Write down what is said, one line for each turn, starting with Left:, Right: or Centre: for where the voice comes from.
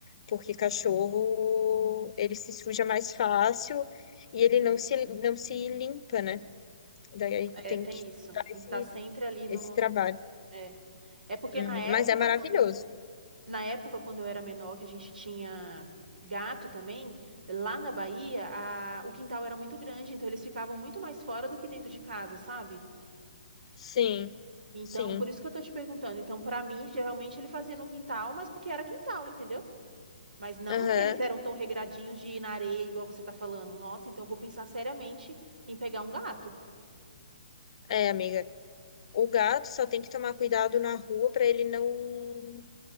Left: porque cachorro, ele se suja mais fácil e ele não se, não se limpa, né? Daí
Right: É,
Left: tem
Right: tem
Left: que
Right: isso.
Left: dar
Right: Tem
Left: esse,
Right: que estar sempre ali no.
Left: esse trabalho.
Right: É. É porque
Left: Uhum.
Right: na época,
Left: Mas é maravilhoso.
Right: quando, na época, quando eu era menor, que a gente tinha gato também, lá na Bahia, a... o quintal era muito grande, então eles ficavam muito mais fora do que dentro de casa, sabe?
Left: Sim,
Right: Então,
Left: sim.
Right: por isso que eu tô te perguntando. Então, pra mim, geralmente ele fazia no quintal, mas porque era quintal, entendeu? Mas não
Left: Aham.
Right: que eles eram tão regradinhos de ir na areia, igual você tá falando. Nossa, então eu vou pensar seriamente em pegar um gato.
Left: É, amiga. O gato só tem que tomar cuidado na rua para ele não